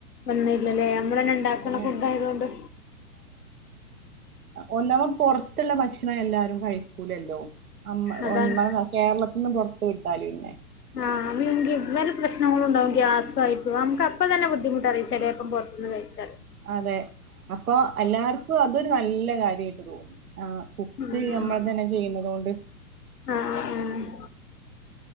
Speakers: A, on the left; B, on the right.
A: വന്നില്ലല്ലേ അമ്മളന്നെ ഇണ്ടാക്ണ
B: ഉം
A: ഫുഡ് ആയതൊണ്ട്
B: ഒന്നാമെ പൊർത്ള്ളെ ഭക്ഷണം എല്ലാരും കഴി ക്കൂലല്ലോ അമ്മ
A: അതാണ്
B: ഒന്ന കേരളത്ത്ന്ന് പോർത്ത് വിട്ടാല് പിന്നെ
A: ആഹ് <unintelligible> വെലപ്രശ്നങ്ങളുണ്ടാവും ഗ്യാസായിട്ട് നമുക്ക് അപ്പ തന്നെ ബുദ്ധിമുട്ടറിയും ചെലെപ്പം പൊർത്ത്ന്ന് കഴിച്ചാല്
B: അതെ അപ്പൊ എല്ലാർക്കും അതൊരു നല്ല കാര്യയിട്ട് തോന്നി ആഹ് കുക്ക്
A: ഉം
B: നമ്മൾതന്നെ ചെയ്യ്ണതോണ്ട്
A: ആഹ് ആഹ് ആഹ്